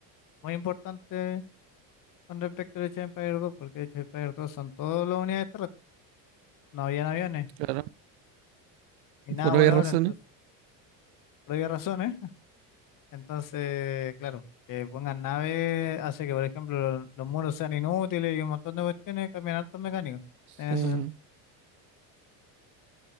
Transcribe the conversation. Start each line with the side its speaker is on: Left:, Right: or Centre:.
Left: muy importante con respecto al Age of Empires 2, porque el Age of Empires 2 son todas las unidades terrestres, no habían aviones.
Right: Claro.
Left: Ni nada
Right: Por
Left: volador,
Right: obvias razones.
Left: entonces, por obvias razones. Entonces, claro, que pongan naves hace que, por ejemplo, lo- los, muros sean inútiles y un montón de cuestiones cambian hartos mecánicos en
Right: Sí.
Left: ese sentido.